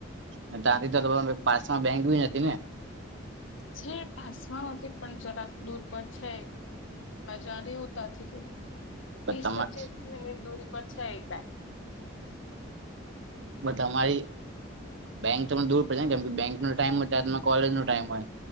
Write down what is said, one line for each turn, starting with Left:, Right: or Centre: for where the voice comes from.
Right: અને ત્યાંથી તો તમે પાસમાં બેંક બી નથી ને
Left: છે. પાસમાં નથી પણ જરાક દૂર પર છે એક. મે જાણી હોતા થી કે
Right: પણ
Left: બીસ
Right: તમા
Left: પચીસ મિનટ દૂરી પચ્છ એક બેંક. <inaudible>
Right: બ તમારી બેંક થોડું દૂર પડ જાય. કેમ બેંક નો ટાઈમ હોય ત્યારે તમો કોલેજનો ટાઈમ હોય